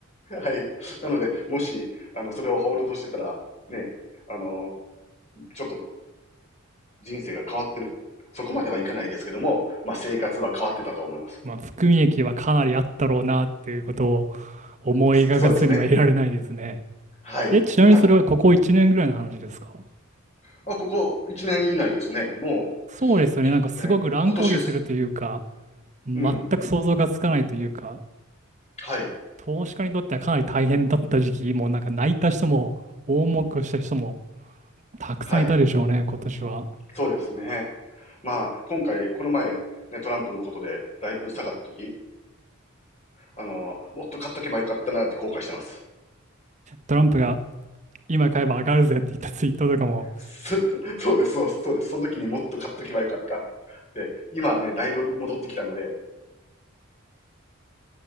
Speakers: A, on the left; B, on the right.
A: はい。なので、もし、あの、それをホールドしてたら、ね、あの、ちょっと人生が変わってる。そこまではいかないですけども、まあ、生活は変わってたと思います。
B: まあ、含み益はかなりあったろうなっていうことを思い描かずにはいられないですね。
A: そそうですね。はい。
B: え、ちなみにそれはここ1年ぐらいの話ですか
A: はい。あ、ここ1年以内ですね。も
B: そうですよね。なんかすごく乱高下するというか、
A: う、えー今年です。
B: 全く想像がつかないというか、
A: うん。はい。
B: 投資家にとってはかなり大変だった時期、もうなんか泣いた人も、大儲けをした人もたくさんいたでしょうね、
A: はい。
B: 今年は。
A: そうですね。まあ、今回、この前、ね、トランプのことで、だいぶ下がった時、あの、もっと買っとけばよかったなって後悔してます。
B: トランプが今買えば上がるぜって言ったツイートとかも。
A: そ <laughs> そうです、そうです、そうです。その時にもっと買っとけばよかったっ、今ね、だいぶ戻ってきたので、